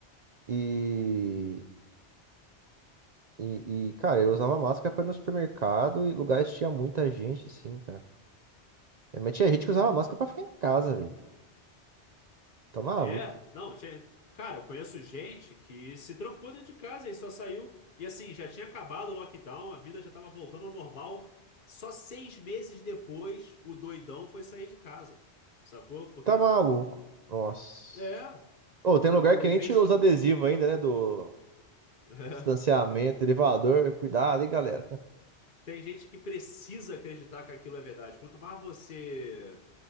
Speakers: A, on the right; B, on the left.
A: E. E, e, cara, eu usava máscara para ir no supermercado e lugares que tinha muita gente, assim, cara. Mas tinha gente que usava máscara pra ficar em casa, velho. Tá maluco.
B: É, não, tinha. Cara, eu conheço gente que se trancou dentro de casa e só saiu. E assim, já tinha acabado o lockdown, a vida já estava voltando ao normal. Só seis meses depois, o doidão foi sair de casa. Sacou? Porque,
A: Tá maluco. Nossa.
B: é,
A: Ô, tem lugar
B: o
A: que
B: investimento.
A: nem tirou os adesivos ainda, né? Do
B: <laughs>
A: distanciamento, elevador. Cuidado, hein, galera.
B: Tem gente que precisa acreditar que aquilo é verdade. Quanto mais você